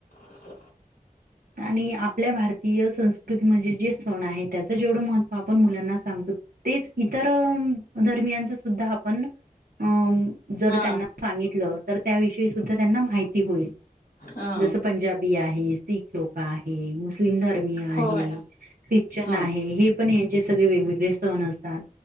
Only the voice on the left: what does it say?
असं
हा
हा
हो मॅडम
हा